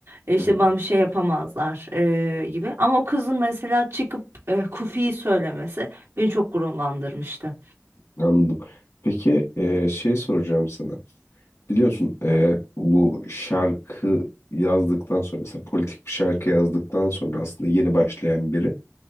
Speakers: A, on the right; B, on the left.
A: E,
B: hı
A: işte
B: hı.
A: bana bir şey yapamazlar e, gibi. Ama o kızın mesela çıkıp e, Kufi'yi söylemesi beni çok gururlandırmıştı.
B: Anladım. Peki e, şey soracağım sana. Biliyorsun e, bu şarkı yazdıktan sonra mesela politik bir şarkı yazdıktan sonra aslında yeni başlayan biri